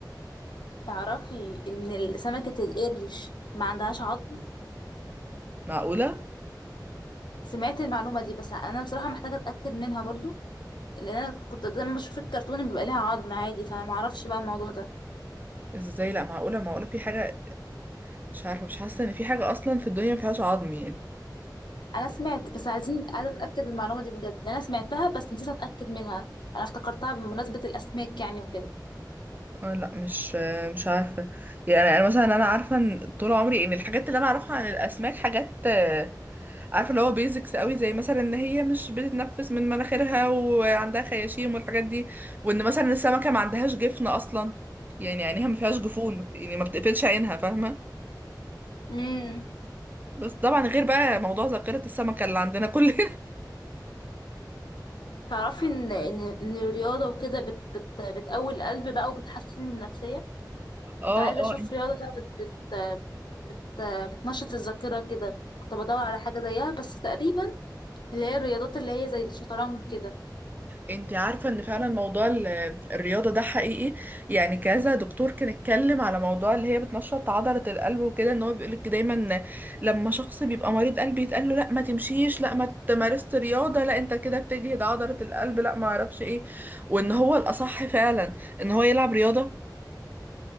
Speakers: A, on the left; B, on the right.
A: تعرفي ان ال- سمكة القرش ما عندهاش عظم
B: معقوله
A: سمعت المعلومة دي بس انا بصراحة محتاجة اتاكد منها برضه لان انا كنت دايما بشوف الكرتون اللي بيبقى ليها عظم عادي فانا ما اعرفش بقى الموضوع ده
B: ازاي لا معقوله معقوله في حاجه مش عارفه مش حاسه ان في حاجه اصلا في الدنيا ما فيهاش عظم يعني
A: انا سمعت بس عايزين عايزة اتاكد من المعلومة دي بجد انا سمعتها بس نسيت اتاكد منها انا افتكرتها بمناسبة الاسماك يعني وكده
B: اه لا مش آه، مش عارفه يعني انا أنا مثلا انا عارفه ان طول عمري ان الحاجات اللي انا اعرفها عن الاسماك حاجات آه، عارفه اللي هو بيزكس قوي زي مثلا ان هي مش بتتنفس من مناخيرها وعندها خياشيم والحاجات دي وان مثلا السمكه ما عندهاش جفن اصلا يعني عينيها ما فيهاش جفون يعني ما بتقفلش عينها فاهمه
A: امم
B: بس طبعا غير بقى موضوع ذاكره السمكه اللي عندنا كلنا
A: تعرفي ان ان إن الرياضه وكده بت بت بتقوي القلب بقى وبتحسن من النفسيه
B: <laughs> اه
A: كنت عايزه
B: اه
A: اشوف رياضه بقى بت بت بت بتنشط الذاكره كده كنت بدور على حاجه زيها بس تقريبا اللي هي الرياضات اللي هي زي الشطرنج كده
B: انت عارفة ان فعلا موضوع ال- الرياضة ده حقيقي يعني كذا دكتور كان اتكلم على موضوع اللي هي بتنشط عضلة القلب وكده ان هو بيقولك دايما لما شخص بيبقى مريض قلب يتقال له لا ما تمشيش لا ما تمارست رياضة لا انت كده بتجهد عضلة القلب لا ما اعرفش ايه وان هو الاصح فعلا ان هو يلعب رياضة